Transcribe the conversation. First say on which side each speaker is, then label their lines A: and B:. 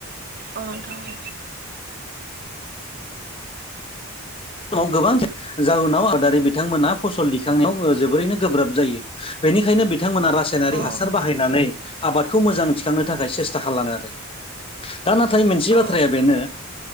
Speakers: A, on the right (about 45°); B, on the left (about 25°).
A: औ नोंथां औ।
B: समाव गोबां जाहोनाव आबादारि बिथांमोनहा फसल दिखांनायाव जोबोरैनो गोब्राब जायो। बेनिखायनो बिथांमोना रासायनारिक
A: औ
B: हासार बाहायनानै आबादखौ मोजां थिखांनो थाखाय सेस्था खालामानो आरो। दा नाथाय मोनसे
A: औ
B: बाथ्राया बेनो